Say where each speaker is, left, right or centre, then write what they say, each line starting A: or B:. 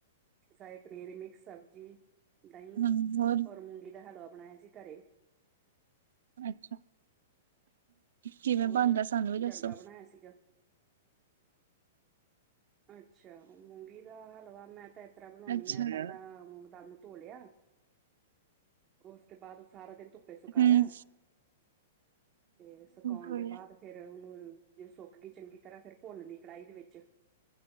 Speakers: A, on the right (about 25°); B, on the right (about 80°).
A: ਸ਼ਾਈ ਪਨੀਰ, ਮਿਕਸ ਸਬਜ਼ੀ। ਦਹੀਂ,
B: ਹੂੰ ਹੋਰ
A: ਔਰ ਮੂੰਗੀ ਦਾ ਹਲਵਾ ਬਣਾਇਆ ਸੀ ਘਰੇ।
B: ਅੱਛਾ ਕਿਵੇਂ
A: ਹੋਰ,
B: ਬਣਦਾ ਸਾਨੂੰ ਵੀ ਦੱਸੋ
A: ਜਰਦਾ ਬਣਾਇਆ ਸੀਗਾ। ਅੱਛਾ, ਮੂੰਗੀ ਦਾ ਹਲਵਾ ਮੈਂ ਤਾਂ ਏਤਰ੍ਹਾਂ ਬਣਾਂਉਦੀ
B: ਅੱਛਾ
A: ਆ,
B: ਹੂੰ
A: ਪਹਿਲਾਂ ਮੂੰਗ ਦਾਲ ਨੂੰ ਧੋਲਿਆ ਉਸ ਤੇ ਬਾਦ ਸਾਰਾ ਦਿਨ ਧੁੱਪੇ ਸੁਕਾਇਆ।
B: ਹੂੰ
A: ਤੇ, ਸੁਕਾਉਨ
B: ਹਾਂ
A: ਦੇ ਬਾਦ ਫਿਰ ਉਹਨੂੰ, ਜੇ ਸੁੱਕਗੀ ਈ ਚੰਗੀ ਤਰ੍ਹਾਂ ਫਿਰ ਭੁੰਨਲੀ ਕੜਾਹੀ ਦੇ ਵਿੱਚ,